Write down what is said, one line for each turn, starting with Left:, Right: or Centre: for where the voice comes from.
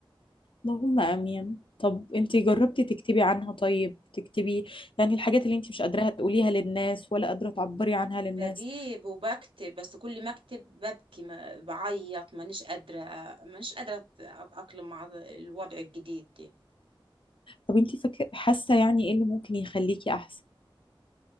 Left: اللهم امين طب انت جربتي تكتبي عنها طيب تكتبي يعني الحاجات اللي انت مش قادره تقوليها للناس ولا قادره تعبري عنها للناس
Right: بجيب وبكتب بس كل ما اكتب ببكي ما بعيط مانيش قادرة مانيش قادرة أت- أتأقلم مع الوضع الجديد ده
Left: طب انت فاكره حاسه يعني ايه اللي ممكن يخليكي احسن